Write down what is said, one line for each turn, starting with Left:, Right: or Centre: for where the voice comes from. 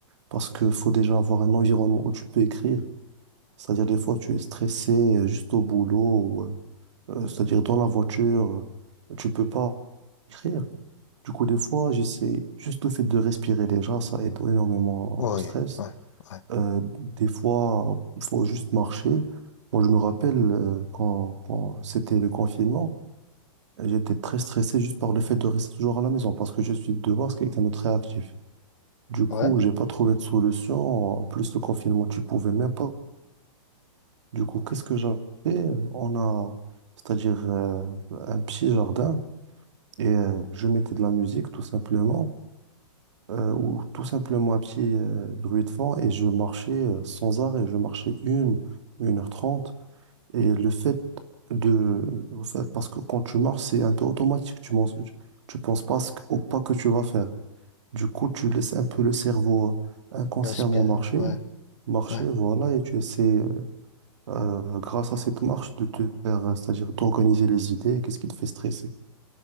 Right: parce que faut déjà avoir un environnement où tu peux écrire. C'est-à-dire, des fois, tu es stressé euh, juste au boulot Euh, c'est-à-dire dans la voiture, euh, tu peux pas écrire. Du coup, des fois, j'essaie juste le fait de respirer déjà, ça aide énormément
Left: Oui,
Right: au stress.
Left: ouais, ouais,
Right: Euh, des fois, il faut juste marcher. Moi, je me rappelle euh, quand, quand c'était le confinement, j'étais très stressé juste par le fait de rester toujours à la maison parce que je suis de base quelqu'un de très actif. Du coup,
Left: ouais.
Right: j'ai pas trouvé de solution. En plus, le confinement, tu pouvais même pas. Du coup, qu'est-ce que j'avais? On a, c'est-à-dire euh, un petit jardin. Et euh, je mettais de la musique tout simplement, euh, ou tout simplement un petit euh, bruit de fond, et je marchais euh, sans arrêt, je marchais une, une heure trente. Et le fait de... en fait, parce que quand tu marches, c'est un peu automatique, tu ne tu penses pas à ce que- au pas que tu vas faire. Du coup, tu laisses un peu le cerveau euh, inconsciemment
Left: Respirer,
Right: marcher,
Left: ouais,
Right: marcher,
Left: ouais,
Right: voilà, et tu essaies euh, grâce à cette marche de te faire, euh, c'est-à-dire d'organiser les idées, qu'est-ce qui te fait stresser?